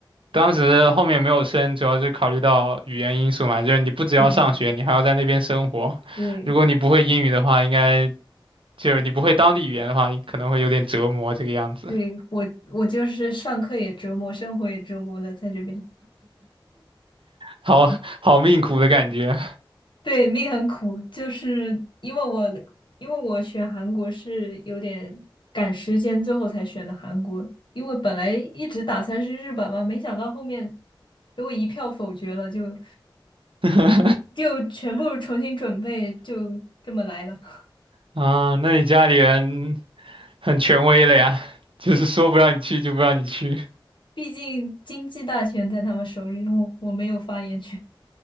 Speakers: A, on the right; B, on the left.
A: 当时后面没有升，主要是考虑到语言因素嘛，就是你不只要上学，
B: 嗯，
A: 你还要在那边生活，
B: 对
A: 如果你不会英语的话，应该就是你不会当地语言的话，可能会有点折磨这个样子，
B: 对，我我就是上课也折磨，生活也折磨的，在这边。
A: 好好命苦的感觉
B: 对，命很苦，就是因为我因为我选韩国是有点赶时间，最后才选的韩国。因为本来一直打算是日本嘛，没想到后面给我一票否决了，就
A: <laughs>
B: 就全部重新准备，就这么来了。<laughs>
A: 啊。那你家里人很权威了呀，就是说不让你去就不让你去。
B: 毕竟经济大权在他们手里，我我没有发言权。